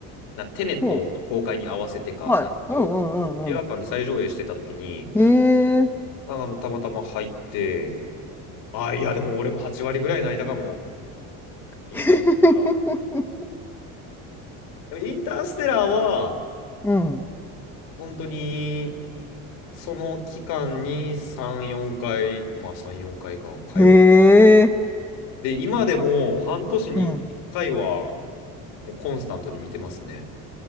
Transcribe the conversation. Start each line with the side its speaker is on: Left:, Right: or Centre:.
Left: なテネットの公開に合わせてかなんですけど、
Centre: ほう。はい。うんう
Left: 映画館で最上映してた時に、
Centre: んうんうん。へえ。
Left: あの、たまたま入って、あ、いや、でも俺も8割ぐらい泣いたかも、
Centre: <laughs>
Left: インターステでもインターステラーは、
Centre: うん。
Left: 本当に、その期間に3、4回、まあ3、4回かいか、通っ
Centre: へえ。
Left: て、今でも半年に1回は、
Centre: うん。
Left: もうコンスタントに見てますね。